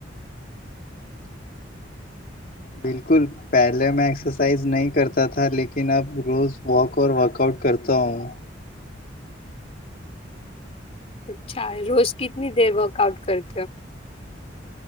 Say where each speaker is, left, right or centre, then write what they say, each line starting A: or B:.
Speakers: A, on the left; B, on the left.
A: بالکل پہلے میں ایکسرسائز نہیں کرتا تھا لیکن اب روز واک اور ورک آؤٹ کرتا ہوں
B: اچھا روز کتنی دیر ورک آؤٹ کرتے ہو